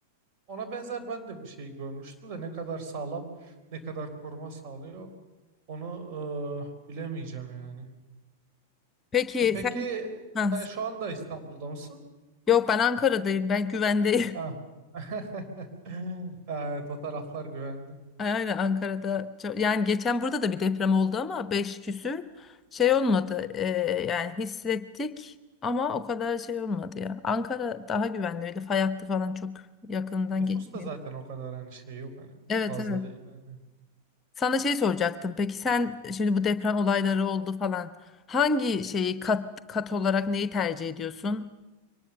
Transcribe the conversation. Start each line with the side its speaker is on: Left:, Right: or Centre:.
Right: ona benzer ben de bir şey görmüştüm de ne kadar sağlam ne kadar koruma sağlıyor onu e, bilemeyeceğim yani.
Left: Peki
Right: E peki
Left: sen ha,
Right: sen şu anda İstanbul'da mısın?
Left: yok ben Ankara'dayım. Ben güvendeyim.
Right: Ha. <laughs> Evet o taraflar güvenli.
Left: Aynen Ankara'da çok, yani geçen burada da bir deprem oldu ama 5 küsür şey olmadı. Ee, yani hissettik ama o kadar şey olmadı ya. Ankara daha güvenli öyle fay hattı falan çok yakından
Right: E, Nüfus
Left: geçmiyor.
Right: da zaten o kadar hani şey yok hani
Left: Evet
Right: fazla
Left: evet.
Right: değil hani.
Left: Sana şey soracaktım. Peki sen şimdi bu deprem olayları oldu falan. Hangi şeyi kat kat olarak neyi tercih ediyorsun?